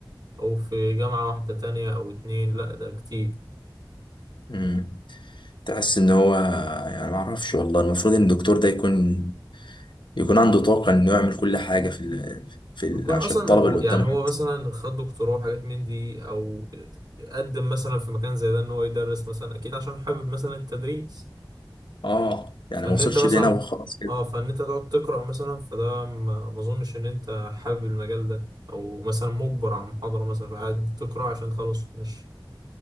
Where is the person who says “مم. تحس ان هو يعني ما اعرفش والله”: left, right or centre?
Left